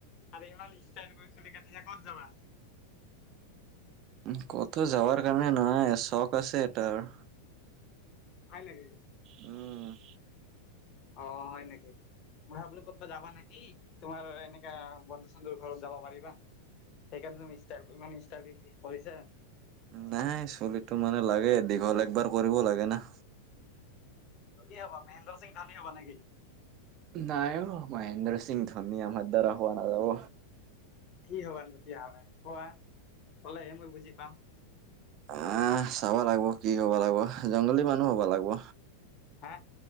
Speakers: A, on the left; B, on the right.
A: আৰু ইমান ষ্টাইল কৰি চুলি কাটিছা ক'ত যাবা
B: উ কতো যাবাৰ কাৰণে নহয় চখ আছে এটাৰ
A: হয় নেকি
B: উম
A: অ হয় নেকি মই ভাবিলো কতবাত যাবা নেকি তোমাৰ এনেকা বন্ধু চন্ধুৰ ঘৰত যাবা পাৰিবা সেইকাৰণে তুমি ইষ্টাইল ইমান ইষ্টাইল কৰিছা।
B: নাই চুলিটো মানে লাগে দীঘল একবাৰ কৰিব লাগে না।
A: কি হব মেহেন্দ্ৰ সিং ধনী হব নে কি
B: নাই মহেন্দ্ৰ সিংহ ধনী আমাৰ দৰে হোৱা নাযাব
A: কি হ'বা তেতিয়াহ'লে কোৱা। ক'লেহে মই বুজি পাম।
B: আহ চাব লাগব' কি হ'ব লাগব'। জংগলী মানুহ হব লাগব'।
A: হা?